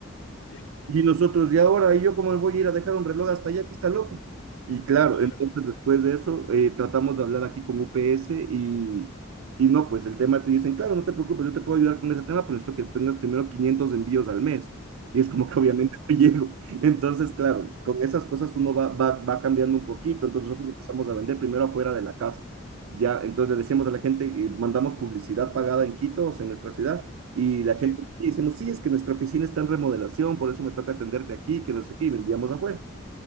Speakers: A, on the left; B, on the right.
A: <laughs> Yeah,
B: Y nosotros, ¿y ahora? ¿Y yo cómo me voy a ir a dejar un reloj hasta allá que está loco? Y claro,
A: Claro.
B: entonces después de eso eh, tratamos de hablar aquí con UPS y, y no, pues el tema te dicen, claro, no te preocupes, yo te puedo ayudar con ese tema, pero esto que tengas primero 500 envíos al mes. Y es como que
A: Mm,
B: obviamente
A: mm,
B: no <laughs> llego. Entonces, claro, con esas cosas uno va, va, va cambiando un poquito. Entonces
A: mm,
B: nosotros empezamos a vender primero afuera de la casa. Ya, entonces le decíamos a la gente, eh, mandamos publicidad pagada en Quito, o sea, en nuestra ciudad, y la
A: sí.
B: gente decimos, sí, es que nuestra oficina está en remodelación, por eso me toca atenderte aquí, que no sé qué, y vendíamos afuera.